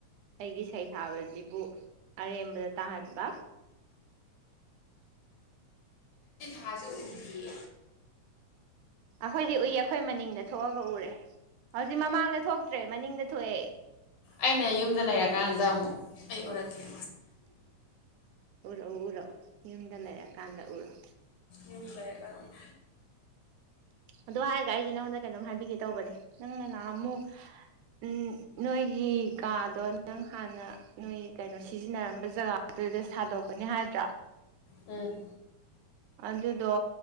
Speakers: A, on the right; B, on the left.
A: ꯑꯩꯒꯤ ꯁꯩꯊꯥꯕꯁꯤꯕꯨ ꯑꯔꯦꯝꯕꯗ ꯇꯥꯍꯟꯕ꯫
B: ꯊꯥꯖ ꯎꯗꯤ
A: ꯑꯩꯈꯣꯏꯗꯤ ꯎꯏꯌꯦ ꯑꯩꯈꯣꯏ ꯃꯅꯤꯡꯗ ꯊꯣꯛꯑꯒ ꯎꯔꯦ ꯍꯧꯖꯤꯛ ꯃꯃꯥꯡꯗ ꯊꯣꯛꯇ꯭ꯔꯦ ꯃꯅꯤꯡꯗ ꯊꯛꯔꯦ
B: ꯑꯩꯅ ꯌꯨꯝꯗ ꯂꯩꯔꯛ ꯀꯥꯟꯗ ꯑꯃꯨꯛ ꯑꯩ ꯎꯔꯛꯀꯦ
A: ꯎꯔꯛꯎ ꯎꯔꯛꯎ ꯌꯨꯝꯗ ꯂꯩꯔꯛꯑꯀꯥꯟꯗ ꯎꯛꯀꯦ
B: ꯌꯨꯝ ꯂꯩꯔꯀꯟꯗꯥ
A: ꯑꯗꯣ ꯍꯥꯏꯔꯒ ꯑꯩꯁꯦ ꯅꯪꯉꯣꯟꯗ ꯀꯩꯅꯣꯝ ꯍꯥꯏꯕꯤꯒꯦ ꯇꯧꯕꯅꯦ꯫ ꯅꯪꯃꯨ ꯎꯝ ꯅꯣꯏꯒꯤ ꯀꯥꯗꯣ ꯅꯪ ꯍꯥꯟꯅ ꯅꯣꯏ ꯀꯩꯅꯣ ꯁꯤꯖꯤꯟꯅꯔꯝꯕ ꯖꯒꯥꯗꯨꯗ ꯁꯥꯗꯣꯛꯀꯅꯤ ꯍꯥꯏꯕꯗꯣ
B: ꯎꯨꯝ
A: ꯑꯗꯨꯗꯣ